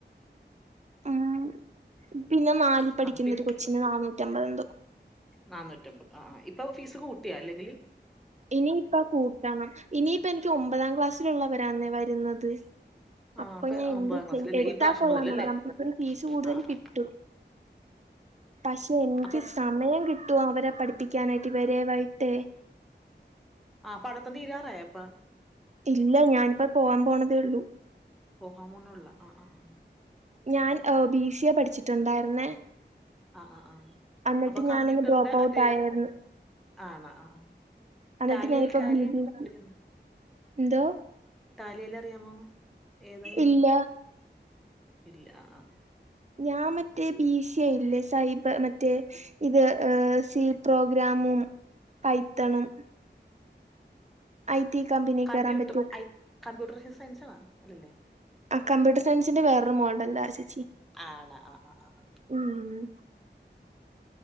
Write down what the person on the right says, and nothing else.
ഉം പിന്നെ നാലിൽ പഠിക്കുന്നൊരു
കൊച്ചിന് നാന്നൂറ്റി അമ്പതെന്തോ.
ഇനിയിപ്പ കൂട്ടണം ഇനിയിപ്പ എനിക്ക് ഒമ്പതാം ക്ലാസ്സില്ള്ളവരാന്നെ വരുന്നത്.
അപ്പൊ
ഞാൻ എന്ത്
ചെയ് എടുത്താ
കൊള്ളാന്ന്ണ്ട്
നമക്ക് ഇപ്പ ഒരു ഫീസ് കൂടുതല്
കിട്ടും.
പക്ഷെ എനിക്ക്
സമയം കിട്ടോ അവരെ പഠിപ്പിക്കാനായിട്ട് ഇവരെ വയ്യിട്ടെ.
ഇല്ല ഞാനിപ്പോ പോവാാൻ പോണതേള്ളൂ.
ഞാൻ ഓഹ് ബി സി എ പഠിച്ചിട്ടൊണ്ടായിരുന്നേ.
അന്നിട്ട്
ഞാനൊന്ന്
ഡ്രോപ്പ് ഔട്ട്
ആയാരുന്നു.
അന്നിട്ട്
ഞാനിപ്പോ
ബിബിഎക്ക്
എന്തോ?
ഇല്ല
ഞാൻ മറ്റേ ബി സി ഏയില്ലേ സൈബ മറ്റേ ഇത് ഏഹ് സി പ്രോഗ്രാമും പൈത്തണും. I T company.
കേറാൻ പറ്റിയ
ആഹ് കംമ്പ്യൂട്ടർ സയൻസിന്റെ വേറൊരു മോഡല്ലാ ആഹ് ചേച്ചി
ഉം.